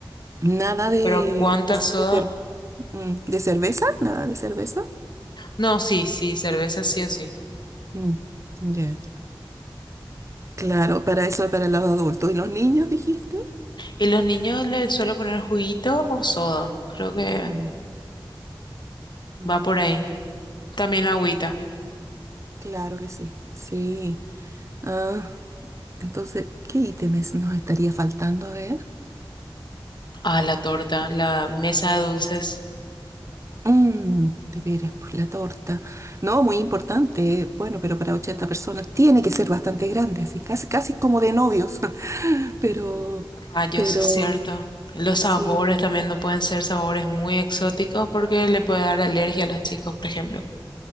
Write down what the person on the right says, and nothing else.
nada de,
de, Mm, ¿De cerveza? Nada de cerveza.
Mm, Ya. Claro, para eso es para los adultos. ¿Y los niños, dijiste?
Mm, mm,
sí,
Claro que sí. Sí. Ah, entonces, ¿qué ítems nos estaría faltando? A ver.
Mm, de veras, pues la torta. No, muy importante. Bueno, pero para 80 personas tiene que ser bastante grande, así casi, casi como de novios. <laughs> Pero,
pero,
sí.